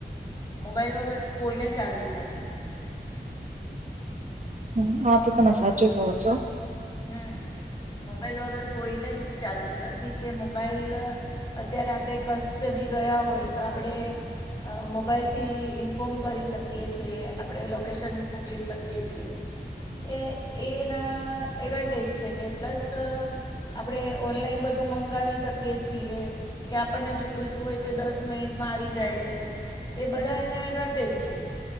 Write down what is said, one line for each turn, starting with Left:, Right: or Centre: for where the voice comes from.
Left: મોબાઈલ વગર કોઈને ચાલતું નથી.
Right: હ, આતો તમે સાચું કોહ છો.
Left: હમ્મ, મોબાઈલ વગર કોઈને જ ચાલતું નથી કે મોબાઈલ અત્યારે આપણે કસ્ત બી ગયા હોય તો આપણે, અ મોબાઈલથી ઇન્ફોર્મ કરી શકીએ છીએ, આપણે લોકેશન મોકલી શકીએ છીએ, એ એના એડવાન્ટેજ છે, પ્લસ આપણે ઓનલાઈન બધું મંગાવી શકીએ છીએ, કે આપણને જોઈતું હોય તે દસ મિનિટમાં આવી જાય છે, એ બધા એના એડવાન્ટેજ છે.